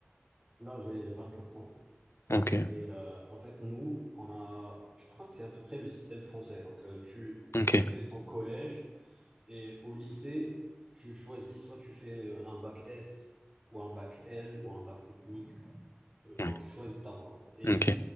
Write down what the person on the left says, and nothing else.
Ok,
ok,
ouais,
ok,